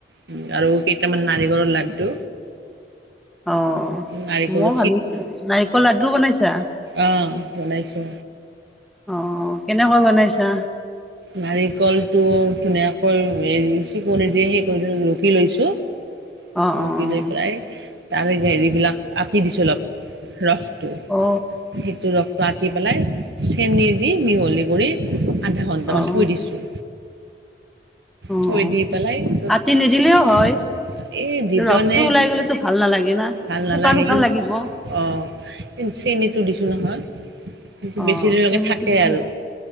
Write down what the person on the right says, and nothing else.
উম আৰু কেইটামান নাৰিকলৰ লাড্ডু।
নাৰিকলৰ
অ' বনাইছো।
নাৰিকলটো ধুনীয়াকৈ হেৰি চিকনি দিয়ে সেই কৰি ৰুকি লৈছোঁ।
ৰুকি লৈ
পেলাই তাৰে হেৰিবিলাক আতি দিছো অলপ ৰসটো।
সেইটো ৰসটো আতি পেলাই চেনি দি মিহলি কৰি আধা ঘন্টামান
থই দিছো।
থৈ দি পেলাই। <unintelligible>
এই <unintelligible>
ভাল
নালাগে
কিন
অ চেনিটো দিছোঁ নহয়।
বেছি দেৰিলৈকে
থাকে
আৰু